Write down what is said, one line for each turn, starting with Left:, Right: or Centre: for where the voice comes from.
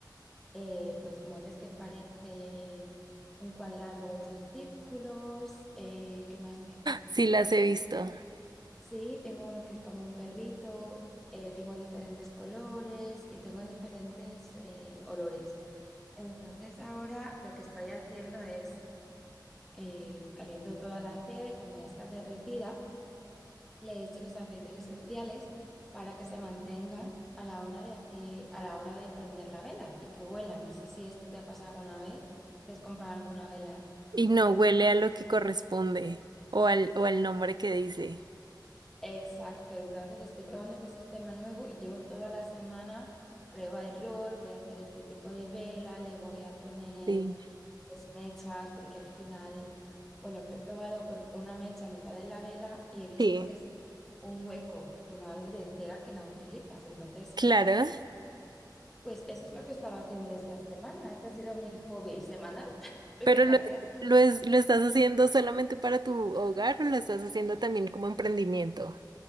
Centre: eh, pues moldes que parecen un cuadrado hecho de círculos. eh, ¿qué más tengo?
Right: Sí las he visto.
Centre: Sí, tengo uno que es como un perrito. eh, tengo diferentes colores y tengo diferentes eh, olores. Entonces ahora lo que estoy haciendo es eh, caliento toda la cera y cuando ya está derretida le echo los aceites esenciales para que se mantengan a la hora de hacer, a la hora de prender la vela y que huela. No sé si esto te ha pasado alguna vez, que has comprado alguna vela
Right: Y no
Centre: y que...
Right: huele a lo que corresponde o al, o al nombre que dice.
Centre: Exacto, entonces estoy probando este sistema nuevo y yo toda la semana prueba error, voy a hacer este tipo de vela, le voy a poner
Right: Sí.
Centre: pues, mechas, porque al final, bueno, he probado con una mecha a mitad de la vela y he visto
Right: Sí,
Centre: que hace un hueco al final de cera que no utilizas, entonces...
Right: claro.
Centre: Pues eso es lo que estaba haciendo esta semana. Este ha sido mi hobby semanal. <laughs> ¿Tú
Right: Pero
Centre: qué tal?
Right: lo,
Centre: ¿Qué haces?
Right: lo, es- lo estás haciendo solamente para tu hogar o lo estás haciendo también como emprendimiento.